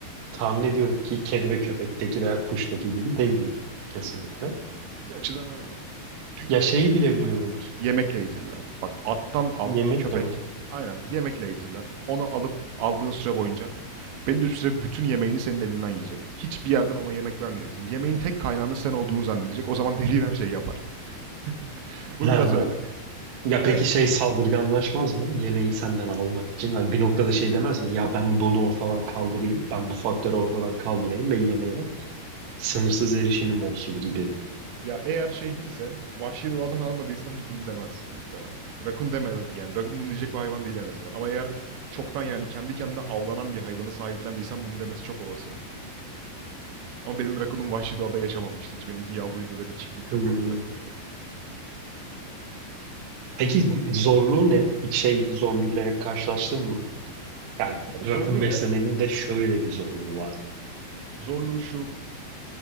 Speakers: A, on the right; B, on the right.
A: tahmin ediyorum ki kedi ve köpekteki veya kuştaki gibi değildir kesinlikle.
B: Abi Bir açıdan öyle. Dünyadaki
A: Ya şeyi bile
B: hayvanlar
A: biliyorum.
B: yemekle eğitirler. Bak attan al,
A: Yemekle
B: köpek.
A: mi?
B: Aynen yemekle eğitirler. Onu alıp aldığın süre boyunca belli bir süre bütün yemeğini senin elinden yiyecek. Hiçbir yerden ona yemek vermeyeceksin. Yemeğin tek kaynağının sen olduğunu zannedecek. O zaman <laughs> deli her şeyi yapar. <laughs> Bu
A: <laughs>
B: biraz öyle.
A: Ya
B: Evet.
A: peki şey saldırganlaşmaz mı? Yemeği senden almak için. Hani bir noktada şey demez mi? Ya ben bunu ortadan kaldırayım. Ben bu faktörü ortadan kaldırayım ve yemeğe sınırsız erişimim olsun gibi.
B: Ya eğer şey değilse, vahşi alan almadıysan bunu demez muhtemelen. Rakun demez. Yani rakun bunu diyecek bir hayvan değil en azından. Ama eğer çoktan yani kendi kendine avlanan bir hayvanı sahiplendiysen bunu demesi çok olası. Ama benim rakunum vahşi doğada yaşamamıştı hiç. Benimki yavruydu ve bir çiftlik
A: Hmm.
B: rakunu- rakunuydu.
A: Peki zorluğu ne? Hiç şey zorluğuyla karşılaştın mı? Yani
B: Abi
A: rakun
B: zorluğu
A: beslemenin
B: ne?
A: de şöyle bir zorluğu var.
B: Zorluğu şu.